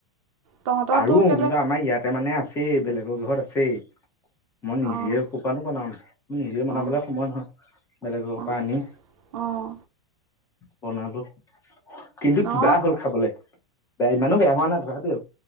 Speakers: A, on the right; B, on the left.
A: তহঁতৰতো
B: পাৰো
A: কেলৈ
B: কিন্তু আমাৰ ইয়াতে মানে আছেই বেলেগৰ ঘৰত আছেই মই নিজে
A: অঁ
B: কপানো বনাম নিজে বনাবলৈ
A: অঁ
B: সময় নহয় বেলেগৰ
A: অঁ
B: পৰা আনি
A: অঁ
B: বনালো কিন্তু
A: নহয়
B: কিবা হ'ল খাবলৈ বেয়া ইমানো বেয়া হোৱা নাই ধৰাবিআৰু